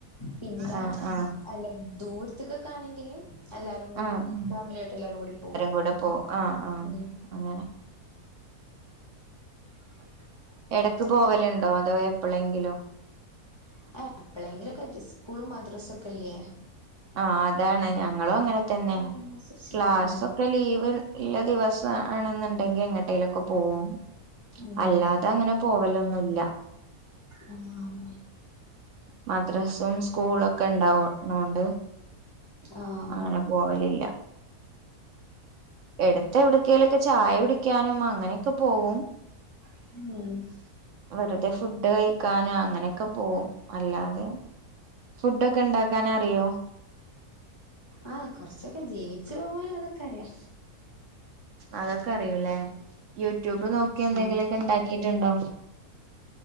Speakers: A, on the left; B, on the right.
A: പിന്നെ
B: ആഹ് ആഹ്
A: അല്ല ദൂരത്ത്ക്ക്ക്കാണെങ്കില് എല്ലാരും കൂടിം
B: ആഹ് ആഹ്
A: ഫാമിലി ആയിട്ട് എല്ലാരും കൂടിം പോകും
B: കൂടെ പോവും ആഹ് ആഹ്
A: ഉം
B: അങ്ങനെ
A: <inaudible>
B: എടക്ക്
A: നിങ്ങള്
B: പോവല് ഇണ്ടോ. അതോ എപ്പളെങ്കിലൊ
A: <unintelligible> ഹ്പ്പ എപ്പേളയ്ങ്കിലൊക്കെ ആയിട്ട് സ്കൂളും മദ്രസൊക്കെ ഇല്ലേ
B: ആഹ് അതാണ് ഞങ്ങളും അങ്ങനെ തന്നെ
A: അതിനനുസരിച്ച്
B: ക്ലാസൊ
A: ഉം
B: ഇപ്പ ലീവ് ഇല്ല ദിവസ ആണെന്ന്ണ്ടെങ്കി എങ്ങട്ടേലൊക്കെ പോവും
A: ഉം
B: അല്ലാതെ അങ്ങനെ പോവലൊന്നുല്ല
A: ഉം
B: മദ്രസും സ്കൂളു ഒക്കെ ഇണ്ടാവ് ണോണ്ട്
A: ആഹ്
B: അങ്ങനെ പോവലില്ല എടുത്തെ എവിടുക്കേയിലൊക്കെ ചായ കുടിക്കാനും അങ്ങനെയൊക്കെ പോവും
A: ഉം
B: വെറുതെ ഫുഡ് കഴിക്കാനും അങ്ങനെയൊക്കെ പോവും അല്ലാതെ ഫുഡൊഒക്കെ ഇണ്ടാക്കാനറിയോ
A: ആഹ് കൊറ്ച്ചൊക്കെ. ജീവിച്ചു പോവാ ഇള്ളതൊക്കെ അറിയ
B: അതൊക്കെ അറിയൂലേ. യൂട്യൂബ് നോക്കി എന്തെങ്കിലൊക്കെ
A: ആഹ്
B: ഇണ്ടാക്കീട്ടുണ്ടോ